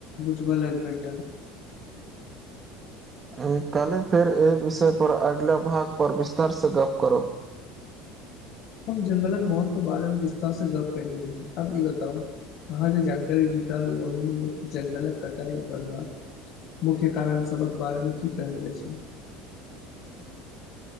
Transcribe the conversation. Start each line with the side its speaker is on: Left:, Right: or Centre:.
Left: बुझब लेल भेटल।
Right: एँ काल्हि फेर एहि विषय पर अगिला भाग पर विस्तारसे गप करब।
Left: हम जंगलक मौत के बारे मे विस्तार से गप्प कयने रही, आब ई बताउ? अहां जे जानकारी जुटाली ओय मे जंगलक कटाई बड़-बाक् मुख्य कारण सबक बारे मे की कहल जाए छय?